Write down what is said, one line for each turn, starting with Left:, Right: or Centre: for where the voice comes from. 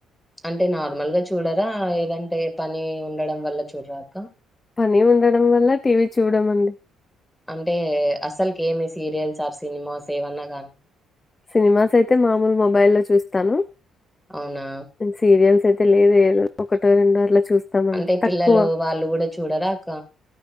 Centre: అంటే నార్మల్ గా చూడరా ఏదంటే పని ఉండడం వల్ల చూడరా అక్క
Left: పని ఉండడం వల్ల టీవీ చూడం అండి
Centre: అంటే అసలుకి ఏమి సీరియల్స్ ఆర్ సినిమాస్ ఏవన్నా గానీ
Left: సినిమాస్ అయితే మామూలు మొబైల్ లో చూస్తాను
Centre: అవునా
Left: సీరియల్స్ ఐతే లేదు ఏలు ఒకటో రెండో చూస్తాం అంతే
Centre: అంటే పిల్లలు
Left: తక్కువ.
Centre: వాళ్ళు కూడా చూడరా అక్క